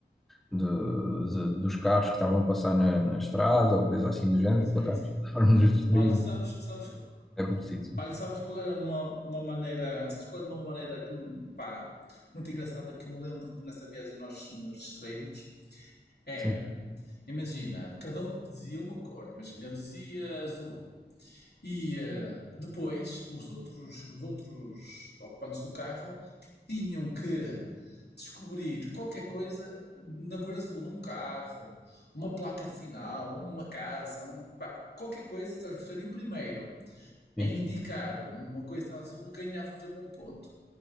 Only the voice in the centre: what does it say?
de- de- dos carros que estavam a passar na, na estrada ou coisa assim do género,
encontramos
formas de nos distrairmos.
É por si.
Sim,
sim,